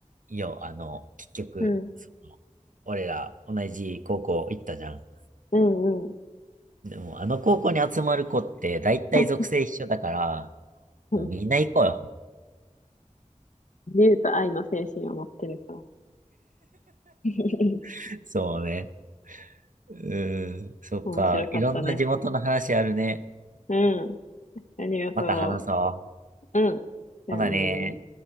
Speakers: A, on the right; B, on the left.
A: うよ。あの、結局、
B: うん。
A: そ俺ら同じ高校行ったじゃん。
B: うんうん。
A: でも、あの高校に集まる子って、だいたい属性一緒だか
B: <laughs> う
A: ら、みんな行こうよ。
B: 自由と愛の精神を持ってるから。<laughs>
A: <laughs> そうね。うーん、そっか。
B: 面白かったね。
A: いろんな地元の話あるね。
B: うん。ありがと
A: また話そう。
B: う。うん。じゃあねー。
A: ほなね